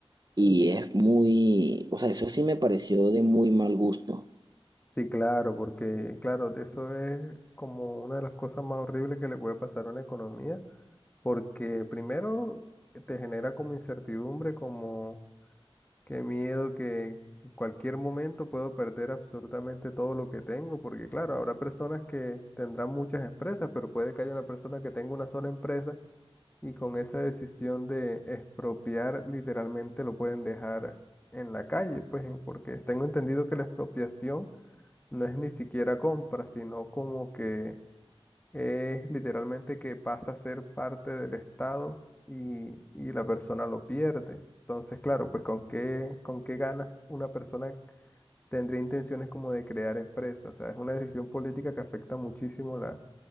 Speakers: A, on the right (about 40°); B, on the left (about 15°).
A: y es muy, o sea, eso sí me pareció de muy mal gusto.
B: sí, claro, porque claro, eso es como una de las cosas más horribles que le puede pasar a una economía, porque primero te genera como incertidumbre, como qué miedo que en cualquier momento puedo perder absolutamente todo lo que tengo, porque claro, habrá personas que tendrán muchas empresas, pero puede que haya una persona que tenga una sola empresa Y con esa decisión de expropiar, literalmente lo pueden dejar en la calle, pues en- porque tengo entendido que la expropiación no es ni siquiera compra, sino como que es literalmente que pasa a ser parte del Estado y, y la persona lo pierde. Entonces, claro, pues con qué, con qué ganas una persona tendría intenciones como de crear empresas. O sea, es una decisión política que afecta muchísimo la,